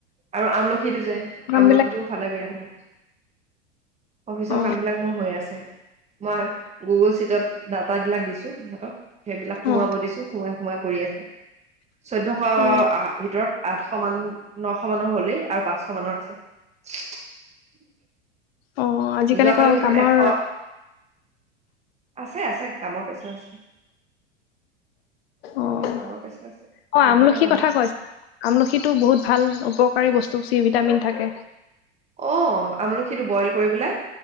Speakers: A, on the right; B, on the left.
A: আৰু আমলখিটো যে? আমলখিটোও
B: বিলাক
A: ভালে বিৰাট ভাল। অফিচৰ
B: অ
A: কাম বিলাক মোৰ হৈ আছে। মই গুগল চিটত ডাটা বিলাক দিছো সিহঁতক। সেইবিলাক সোমাব
B: অ
A: দিছো। সোমাই সময় কৰি আছে। চৈধ্যয়শ
B: অ
A: আহ ভিতৰত আঠশ মান ন শ মানৰ হ'লেই আৰু পাঁচশ মানৰ আছে।
B: অ আজিকালি
A: যোৱাকালিৰ
B: আকৌ
A: ভিতৰত
B: কামৰ
A: এশ আছে-আছে, কামৰ পেচা আছে।
B: উম'।
A: কামৰ
B: অ',
A: প্ৰেছাৰ আছে
B: অ', আমলখিৰ
A: নাথাকা নহয়
B: কথা কৈছা, আমলখি বহুত ভাল উপকাৰী বস্তু। চি ভিটামিন থাকে।
A: অ', আমলখিটো বইল কৰি পেলাই